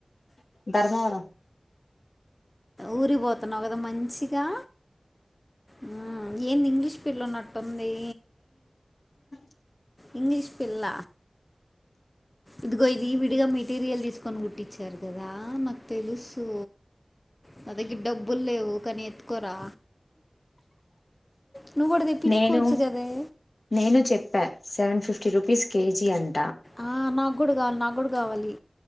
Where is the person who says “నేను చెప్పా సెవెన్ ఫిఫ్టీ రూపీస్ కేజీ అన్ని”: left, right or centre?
Left